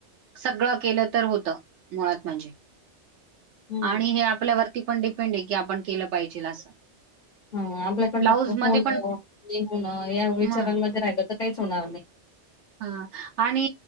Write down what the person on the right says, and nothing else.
सगळं केलं तर होतं, मुळात म्हणजे
आणि हे आपल्यावरती पण डीप पेंड आहे की, आपण केलं पाहिजे असं.
ब्लाऊज
मध्ये पण
ह
हा आणि